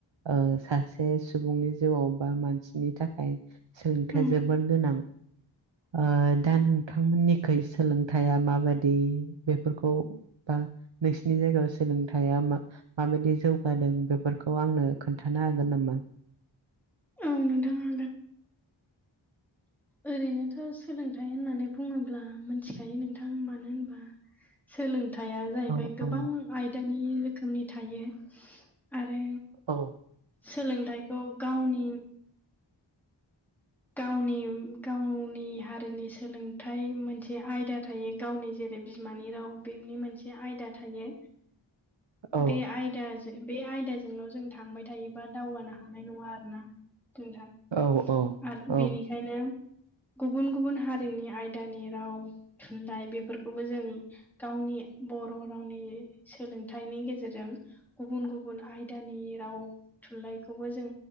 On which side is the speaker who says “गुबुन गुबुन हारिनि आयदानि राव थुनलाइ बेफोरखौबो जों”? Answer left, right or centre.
Centre